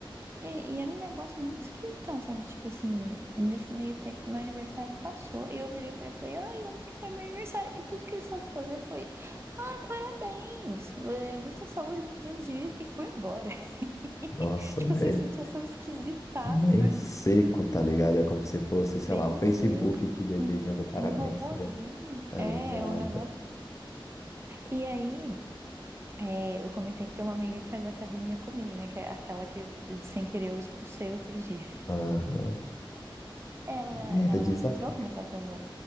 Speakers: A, on the right; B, on the left.
A: E, e era um negócio muito esquisitão, sabe? Tipo assim, nesse meio tempo meu aniversário passou e eu virei pra ele e falei, ai, ontem foi meu aniversário. E tudo que ele soube fazer foi, ah, parabéns, eh, muita saúde, muitos anos de vida e foi embora. <laughs>
B: Nossa,
A: Tipo,
B: bem,
A: essa situação esquisitaça.
B: bem seco, tá ligado? É como se fosse, sei
A: Bem
B: lá, o Facebook
A: seco.
B: te desejando
A: Um,
B: parabéns,
A: um robozinho.
B: tá ligado? Exato.
A: É, é um negócio. E aí, é, eu comentei que tem uma amiga que faz academia comigo, né? Que é aquela que, sem querer, eu expulsei outro dia.
B: Aham.
A: Ela,
B: E
A: ela
B: ainda desafio
A: entrou, começou a fazer.